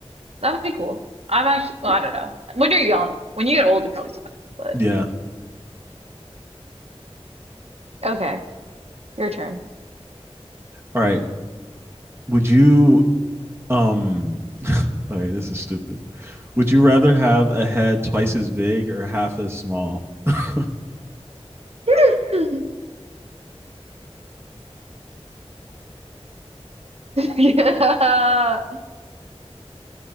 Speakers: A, on the right; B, on the right.
A: That'd be cool. I'm actually, well, I don't know. When you're young, when you get old, it probably sucks, but
B: Yeah.
A: okay. Your turn.
B: All right. Would you um? <laughs> all right. This is stupid. Would you rather have a head twice as big or half as small? <laughs>
A: <laughs> Yeah.